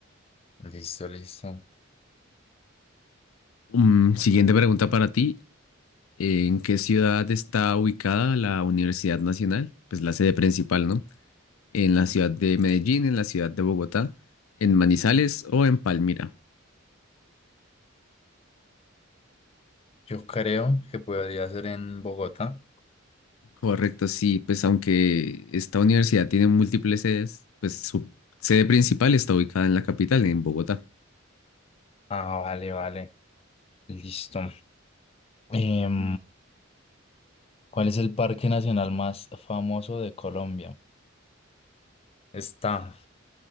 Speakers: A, on the left; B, on the left.
A: Listo, listo.
B: Mm, siguiente pregunta para ti. ¿En qué ciudad está ubicada la Universidad Nacional? Pues la sede principal, ¿no? ¿En la ciudad de Medellín, en la ciudad de Bogotá, en Manizales o en Palmira?
A: Yo creo que podría ser en Bogotá.
B: Correcto, sí, pues aunque esta universidad tiene múltiples sedes, pues su sede principal está ubicada en la capital, en Bogotá.
A: Ah, vale, vale. Listo. Em, ¿cuál es el parque nacional más famoso de Colombia? Está